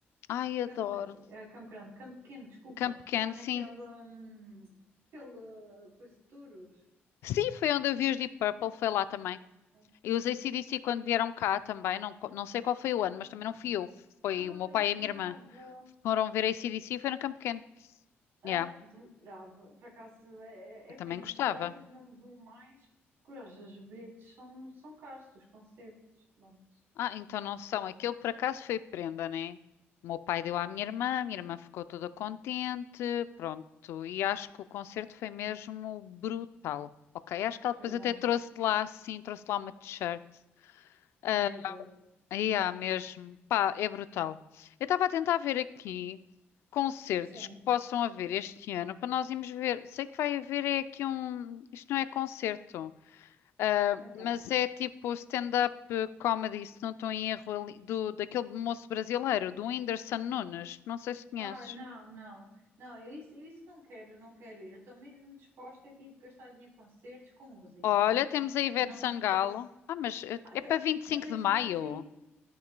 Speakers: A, on the left (about 70°); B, on the right (about 65°).
A: Ai, adoro.
B: Campo, Ca- eh, Campo Grande, Campo Pequeno, desculpa,
A: Campo Pequeno,
B: lá
A: sim.
B: naquele, hum, aquele eh, coisa de touros.
A: Sim, foi onde eu vi os Deep Purple, foi lá também.
B: Ah,
A: E os ac C quando vieram cá também, não, co- não sei qual foi o ano, mas também não
B: Hum.
A: fui eu, foi
B: Ai,
A: o meu pai e
B: adorava,
A: a minha irmã. Foram ver AC/DC e foi no Campo Pequeno.
B: adorava.
A: Yeah,
B: Por acaso é,
A: eu
B: é é
A: também
B: pena,
A: gostava.
B: eu às vezes não vou mais, porque às vezes os bilhetes são, são caros, dos concertos. Pronto,
A: Ah, então não são. Aquilo por acaso foi prenda, né? O meu pai deu à minha irmã, a minha irmã ficou toda contente, pronto. E acho que o concerto foi mesmo brutal. Ok, acho que ela depois
B: foi bom.
A: até trouxe de lá, sim, trouxe de lá uma t-shirt. Ah,
B: Ai, adoro.
A: aí há mesmo. Pá, é brutal. Eu estava a tentar ver aqui concertos
B: Sim,
A: que possam haver este ano para nós irmos ver. Sei que vai haver é aqui um. Isto não é concerto. Ah,
B: então.
A: mas é tipo stand-up comedy, se não estou em erro, ali, do, daquele moço brasileiro, do Whindersson Nunes. Não sei se conheces.
B: Ah, não, não, não, eu isso, eu isso não quero, não quero ir. Eu estou mesmo disposta a tipo gastar dinheiro com concertos, com música.
A: Olha,
B: Não,
A: temos a Ivete
B: não
A: Sangalo.
B: me apetece.
A: Ah, mas eh,
B: Ah,
A: é
B: ta-
A: para 25
B: também
A: de
B: já
A: maio.
B: a vi.